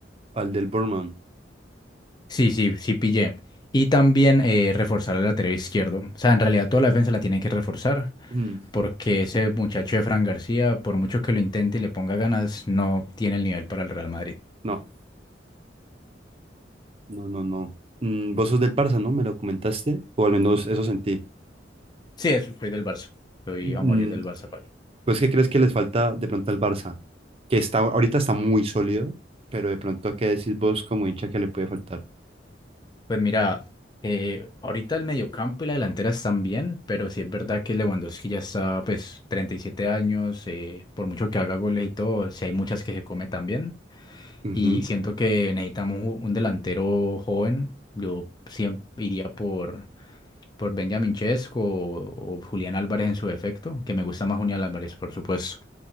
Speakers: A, on the right (about 30°); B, on the left (about 25°).
A: Al del Bournemouth.
B: sí, sí, sí pillé. Y también eh, reforzar el lateral izquierdo. O sea, en realidad toda la defensa la tienen que reforzar,
A: Mm,
B: porque ese muchacho de Fran García, por mucho que lo intente y le ponga ganas, no tiene el nivel para el Real Madrid.
A: no, no, no, no. Mm, vos sos del Barça, ¿no? ¿Me lo comentaste? O al menos eso sentí.
B: Sí, eso, soy del Barça. Soy
A: Mm,
B: a morir del Barça.
A: ¿Pues qué crees que les falta de pronto al Barça? Que está, ahorita está muy sólido, pero de pronto, ¿qué decís vos como hincha que le puede faltar?
B: Pues mira, eh, ahorita el mediocampo y la delantera están bien, pero sí es verdad que Lewandowski ya está, pues, 37 años, eh, por mucho que haga goles y todo, sí hay muchas que se come también.
A: Ujú,
B: Y siento que necesitamos un un delantero joven. Yo siempre iría por, por Benjamin Chesco o, o Julián Álvarez en su defecto, que me gusta más Julián Álvarez, por supuesto.